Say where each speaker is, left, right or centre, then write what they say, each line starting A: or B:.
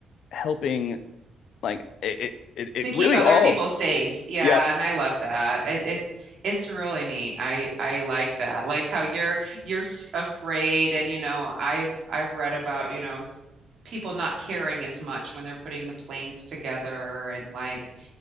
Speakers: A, on the left; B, on the right.
A: helping Like it, it, it
B: to keep
A: really
B: other
A: all.
B: people safe. Yeah,
A: Yep,
B: and I love that. It, it's it's really neat. I I like that. Like how you're you're s- afraid and you know, I've I've read about, you know, s- people not caring as much when they're putting the planes together and like